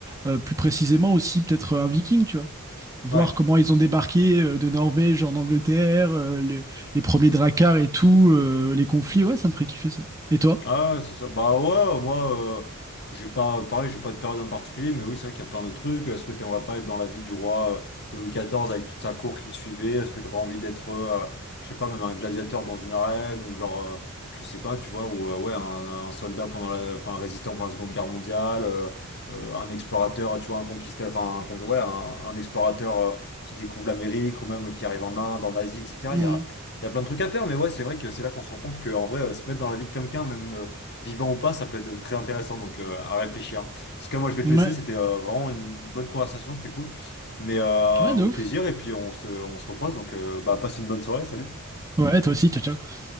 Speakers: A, on the right; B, on the left.
A: euh, plus précisément aussi peut-être un viking, tu vois voir
B: ouais.
A: comment ils ont débarqué euh, de Norvège en Angleterre, euh, les, les premiers dracars et tout, euh, les conflits. Ouais, ça me ferait kiffer ça. Et toi?
B: Ah ouais, c'est ça. Bah ouais, moi, euh, j'ai pas, pareil, j'ai pas de période en particulier, mais oui, c'est vrai qu'il y a plein de trucs. Est-ce que t'aimerais pas être dans la vie du roi euh, de Louis XIV avec toute sa cour qu'il suivait? Est-ce que t'as pas envie d'être, euh, je sais pas, même un gladiateur dans une arène ou genre, euh, je sais pas, tu vois, ou euh, ouais, un, un soldat pendant la, enfin, un résistant pendant la Seconde Guerre mondiale, euh, euh, un explorateur, tu vois, un conquistador, enfin, un, con- ouais, un, un explorateur euh, qui découvre l'Amérique ou même qui arrive en Inde, en Asie, etc.
A: Mm.
B: Il y a plein de trucs à faire, mais ouais, c'est vrai que c'est là qu'on se rend compte que, en vrai, euh, se mettre dans la vie de quelqu'un, même euh, vivant ou pas, ça peut être euh, très intéressant, donc euh, à réfléchir. En tout cas, moi, je vais te
A: Ouais,
B: laisser, c'était euh, vraiment une bonne conversation, c'était cool. Mais euh,
A: ouais,
B: au
A: de ouf.
B: plaisir, et puis on se, on se recroise, donc euh, bah, passe une bonne soirée, salut.
A: Ouais, toi aussi, ciao, ciao.